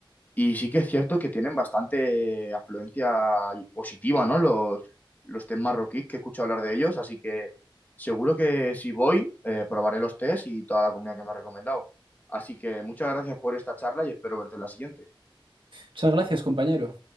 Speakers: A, on the left; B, on the right.
A: Y sí que es cierto que tienen bastante afluencia y positiva, ¿no? Los, los test marroquíes que he escuchado hablar de ellos, así que seguro que si voy, eh, probaré los test y toda la comida que me has recomendado. Así que muchas gracias por esta charla y espero verte en la siguiente.
B: Muchas gracias, compañero.